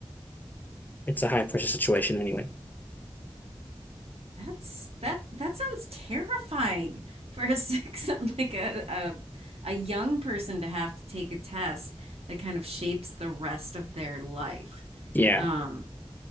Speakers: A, on the left; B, on the right.
A: it's a high pressure situation anyway.
B: That's that that sounds terrifying for a six <laughs> like a, a a young person to have to take a test that kind of shapes the rest of their life.
A: Yeah.
B: Um,